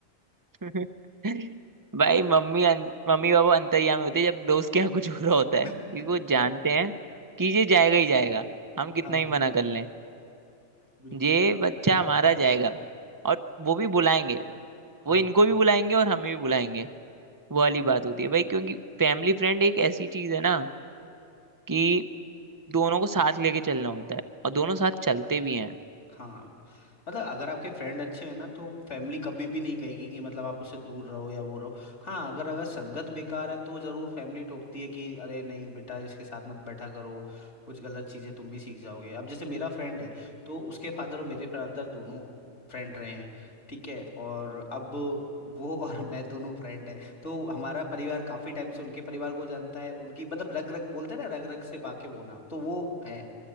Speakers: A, on the right; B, on the left.
A: <laughs> भाई मम्मी अं, मम्मी पापा अंतर्यामी होते हैं जब दोस्त के यहाँ कुछ हो रहा होता है
B: <laughs>
A: क्योंकि वो जानते हैं कि ये जाएगा ही जाएगा हम कितना
B: हाँ
A: ही मना कर लें
B: बिल्कुल
A: ये बच्चा हमारा जाएगा और वो भी बुलाएंगे
B: हाँ
A: वो इनको भी बुलाएंगे और हमें भी बुलाएंगे वो वाली बात होती है भाई क्योंकि फैमिली फ्रेंड एक ऐसी चीज है ना कि दोनों को साथ लेके चलना होता है और दोनों साथ चलते भी हैं
B: हाँ मतलब अगर आपके फ्रेंड अच्छे हैं ना तो फैमिली कभी भी नहीं कहेगी कि मतलब आप उससे दूर रहो या वो रहो हाँ अगर अगर संगत बेकार है तो जरूर फैमिली टोकती है कि अरे नहीं बेटा इसके साथ मत बैठा करो कुछ गलत चीजें तुम भी सीख जाओगे अब जैसे मेरा फ्रेंड है तो उसके फादर और मेरे फादर दोनों फ्रेंड रहे हैं ठीक है और अब वो <laughs> और मैं दोनों फ्रेंड हैं तो हमारा परिवार काफी टाइम से उनके परिवार को जानता है उनकी मतलब रग रग बोलते हैं ना रग रग से वाकिफ होना तो वो है